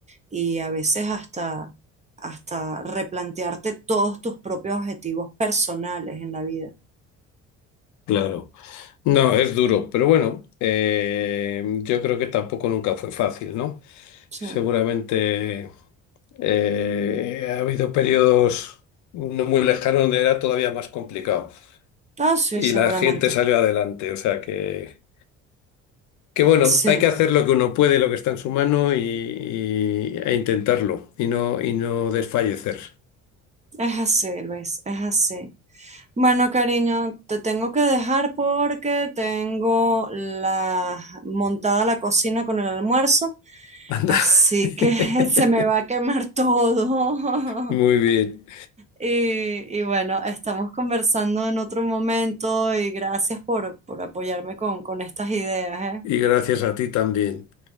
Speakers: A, on the right; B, on the left.
A: y a veces hasta, hasta replantearte todos tus propios objetivos personales en la vida.
B: claro. No, es duro, pero bueno, eh, yo creo que tampoco nunca fue fácil, ¿no?
A: Sí.
B: Seguramente eh, ha habido periodos no muy lejanos donde era todavía más complicado
A: Ah, sí,
B: y
A: seguramente.
B: la gente salió adelante, o sea que, que bueno,
A: Sí,
B: hay que hacer lo que uno puede, lo que está en su mano y, y- e intentarlo y no, y no desfallecer.
A: es así, Luis, es así. Bueno, cariño, te tengo que dejar porque tengo la montada la cocina con el almuerzo,
B: Anda.
A: así
B: <laughs>
A: que <laughs> se me va a quemar todo.
B: Muy
A: <laughs>
B: bien,
A: Y, y bueno, estamos conversando en otro momento y gracias por, por apoyarme con, con estas ideas,
B: y gracias a ti también.